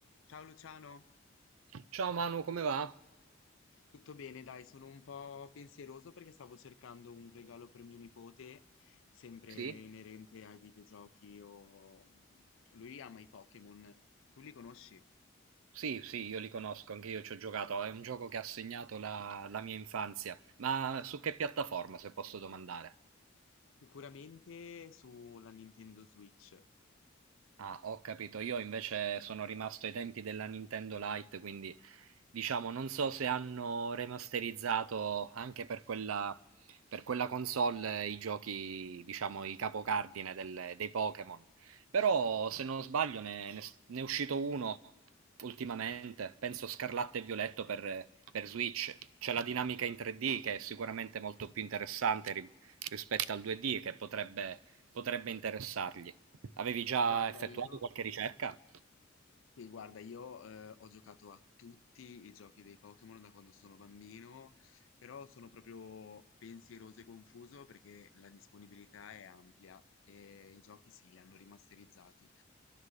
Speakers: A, on the left; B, on the right.
A: Ciao Luciano,
B: Ciao Manu, come va?
A: tutto bene? Dai, sono un po' pensieroso perché stavo cercando un regalo per mio nipote, sempre
B: Sì?
A: inerente ai videogiochi o... mm, Lui ama i Pokémon, tu li conosci?
B: Sì, sì, io li conosco, anche io ci ho giocato, è un gioco che ha segnato la, la mia infanzia, ma su che piattaforma, se posso domandare?
A: Sicuramente sulla Nintendo Switch.
B: Ah, ho capito. Io invece sono rimasto ai tempi della Nintendo Lite, quindi diciamo non so se hanno remasterizzato anche per quella, per quella console eh, i giochi, diciamo, i capocardine del- dei Pokémon. Però se non sbaglio ne, ne- ne è uscito uno ultimamente, penso Scarlatto e Violetto per, per Switch. C'è la dinamica in 3D che è sicuramente molto più interessante ri- rispetto al 2D, che potrebbe potrebbe interessargli. Avevi già
A: Guarda,
B: effettuato
A: io
B: qualche ricerca?
A: Sì, guarda, io eh, ho giocato a tutti i giochi dei Pokémon da quando sono bambino, però sono proprio pensieroso e confuso perché la disponibilità è ampia e i giochi sì, li hanno rimasterizzati.